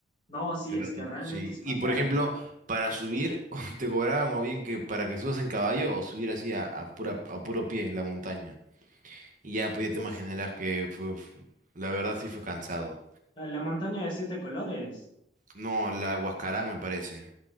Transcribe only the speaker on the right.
Pero
sí,
y por ejemplo, para subir <laughs> te cobraban o bien que para que subas en caballo o subir así a, a pura, a puro pie la montaña. Y ya pues
ya
te
imaginarás que fue, f- la verdad sí fue cansado.
No, la Huascarán me parece.